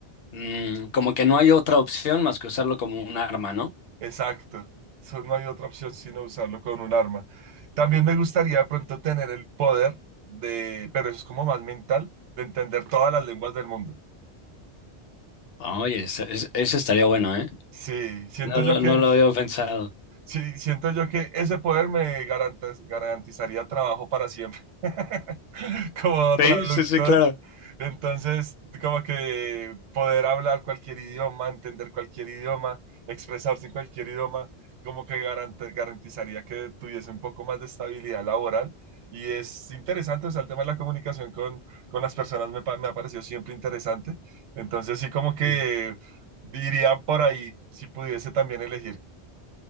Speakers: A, on the left (about 65°); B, on the right (about 85°).
A: mm, como que no hay otra opción más que usarlo como un arma, ¿no?
B: Exacto. Eso no hay otra opción sino usarlo con un arma. También me gustaría de pronto tener el poder de, pero eso es como más mental, de entender todas las lenguas del mundo.
A: Oye, es- es- eso estaría bueno, ¿eh?
B: Sí, siento
A: No, lo-
B: yo que,
A: no lo había pensado.
B: sí, siento yo que ese poder me garantiz- garantizaría trabajo para siempre <laughs> como
A: Sí,
B: traductor.
A: sí, sí, claro.
B: Entonces, como que poder hablar cualquier idioma, entender cualquier idioma, expresarse en cualquier idioma, como que garante- garantizaría que tuviese un poco más de estabilidad laboral. Y es interesante, o sea, el tema de la comunicación con, con las personas me, pa- me ha parecido siempre interesante. Entonces, sí, como que
A: Sí.
B: dirían por ahí, si pudiese también elegir.